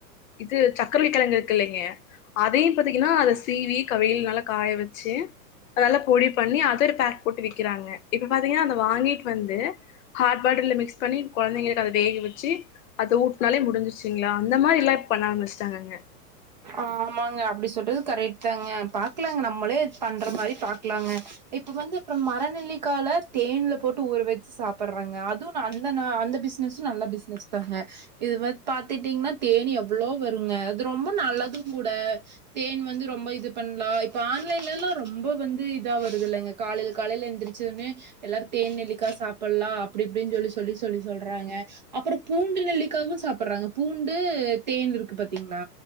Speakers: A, on the left (about 55°); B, on the right (about 30°).
A: இது சக்கரவள்ளி கிழங்கு இருக்கு இல்லைங்க அதையு பாத்தீங்கன்னா அத சீவி வெயில் நல்ல காய வச்சு நல்ல பொடி பண்ணி அத பேக் போட்டு விக்கிறாங்க இப்ப பாத்தீங்கன்னா அத வாங்கிட்டு வந்து ஹாட் வாட்டர்ல மிக்ஸ் பண்ணி குழந்தைகளுக்கு அத வேக வெச்சு அத உட்டுனாலே முடுஞ்சுழிகலா அந்த மாறி எல்லா பண்ண ஆரம்பிச்சுட்டாங்க
B: ஆமாங்க அப்படி சொல்றது கரெக்ட் தாங்க பாக்கலாங்க நம்மளே பண்ற மாதிரி பாக்கலாங்க இப்ப வந்து மரநெல்லிக்கல தேன்ல போட்டு ஊற வச்சு சாப்பிடுறாங்க அதுவூ அந்த அந்த பிசினஸ் நல்ல பிசினஸ் தாங்க இது வ பா்த்தட்டீங்கன்னா தேனி எவ்வளோ வருங்க ரொம்ப நல்லதும் கூட தேன் வந்து ரொம்ப இது பண்ணலா இப்ப ஆன்லைன்லல்லா ரொம்ப வந்து இதா வருது இல்லலைங்க காலையில காலையில எந்திரிச்சதுமே எல்லாரு தேன் நெல்லிக்கா சாப்பிடலா அப்படி இப்படின்னு சொல்லி சொல்லி சொல்லி சொல்றாங்க அப்புறம் பூண்டு நெல்லிக்காகவு சாப்பிடுறாங்க பூண்டு தேன் இருக்கு பாத்தீங் னா